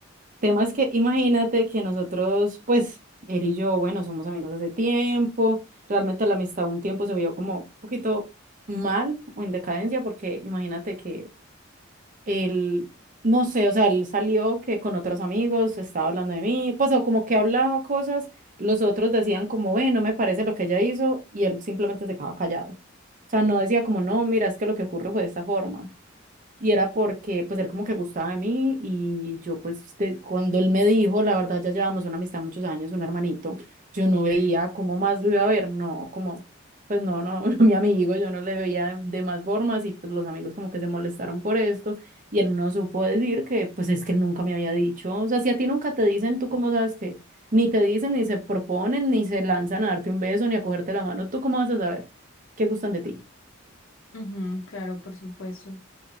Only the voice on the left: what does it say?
Ujú, claro, por supuesto.